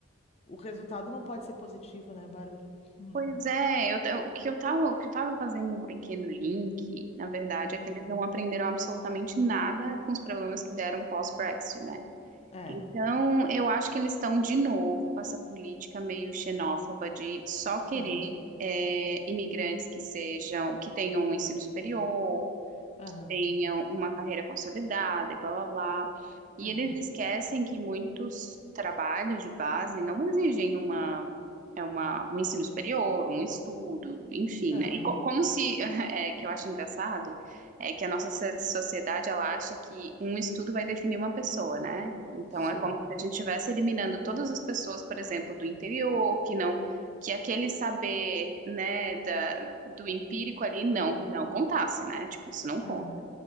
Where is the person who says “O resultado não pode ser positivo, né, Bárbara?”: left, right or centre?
Left